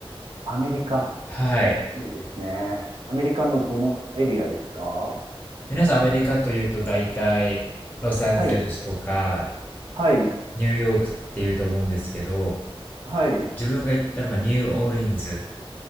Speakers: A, on the right; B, on the left.
A: アメリカ。
B: はい。
A: いいですね。アメリカのどのエリアですかは
B: 皆さんアメリカというと大体ロサンゼルスとか
A: い、はい、
B: ニューヨークっていうと思うんですけど、
A: はい。
B: 自分が行ったのがニューオーリンズ